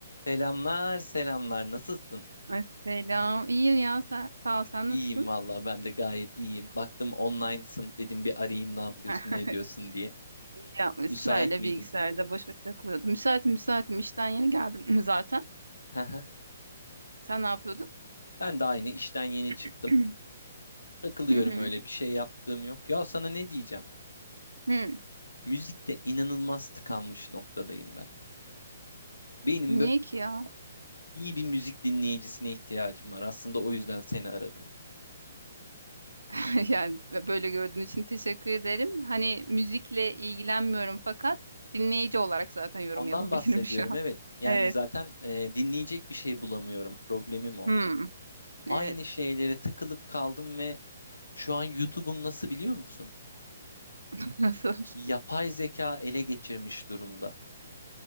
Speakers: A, on the left; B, on the right.
A: Selamlar, selamlar. Nasılsın?
B: Ay, Selam. İyiyim ya. Sen, sağ ol. Sen
A: İyiyim
B: nasılsın?
A: valla. Ben de gayet iyiyim. Baktım online'sın. Dedim bir arayayım ne yapıyorsun,
B: <laughs>
A: ne ediyorsun diye.
B: İyi yapmışsın.
A: Müsait
B: Öyle
A: miydin?
B: bilgisayarda boş boş takılıyordum. Müsaitim müsaitim. İşten yeni geldim <laughs> <clears throat> zaten.
A: Hı hı.
B: Sen ne yapıyordun?
A: Ben de aynı işten yeni çıktım.
B: <clears throat>
A: Takılıyorum
B: Hı, hı.
A: öyle bir şey yaptığım yok. Ya sana ne diyeceğim?
B: Hı.
A: Müzikte inanılmaz tıkanmış noktadayım ben. Benim
B: Niye
A: böyle
B: ki ya?
A: iyi bir müzik dinleyicisine ihtiyacım var. Aslında o yüzden seni aradım.
B: <laughs> Yani böyle gördüğün için teşekkür ederim. Hani müzikle ilgilenmiyorum fakat dinleyici olarak zaten yorum
A: Ondan
B: yapabilirim
A: bahsediyorum
B: <laughs> şu an.
A: evet. Yani
B: Evet.
A: zaten e, dinleyecek bir şey bulamıyorum. Problemim o.
B: Hmm.
A: Aynı
B: Evet.
A: şeylere tıkılıp kaldım ve Şu an YouTube'um nasıl biliyor musun?
B: <laughs> Nasıl?
A: Yapay zeka ele geçirmiş durumda.